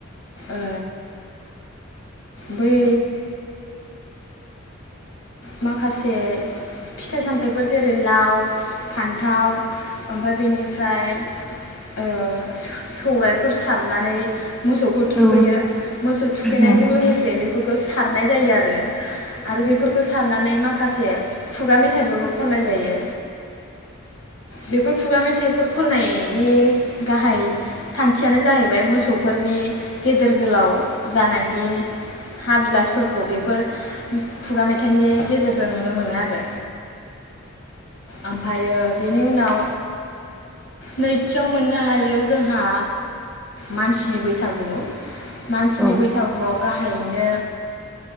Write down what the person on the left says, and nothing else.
ओ बै माखासे फिथाइ सामथाइफोर जेरै लाव फान्थाव ओमफाय बेनिफ्राय ओ सौराइफोर सारनानै मोसौखौ थुखैयो
मोसौ थुखैनायजों
लोगोसे बेफोरखौ सारनाय जायो आरो आरो बेफोर खौ सारनानै माखासे खुगा मेथाइफोरखौ खननाय जायो। बेफोर खुगा मेथाइफोर खननायनि गाहाय थांखियानो जाहैबाय मोसौफोरनि गेदेर गोलाव जानायनि हाबिलासफोरखौ बेफोर खुगा मे थाइनि गेजेरजों नुनो मोनो आरो ओमफायो बेनि उनाव नैथियाव मोननो हायो जोंहा मानसिनि बैसागु। मानसिनि
बैसागुआव गाहायैनो